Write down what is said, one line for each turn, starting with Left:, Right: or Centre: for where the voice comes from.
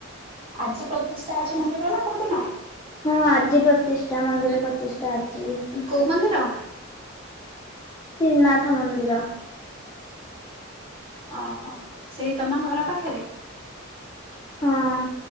Right: ଆଜି ପ୍ରତିଷ୍ଠା ଅଛି ମନ୍ଦିରର ନା କୋଉ ଦିନ?
Left: ହଁ ଆଜି ପ୍ରତିଷ୍ଠା ମନ୍ଦିର ପ୍ରତିଷ୍ଠା ଆଜି।
Right: କେଉଁ ମନ୍ଦିର?
Left: ତ୍ରିନାଥ ମନ୍ଦିର।
Right: ଓହୋ ସେଇ ତମ ଘର ପାଖରେ?
Left: ହଁ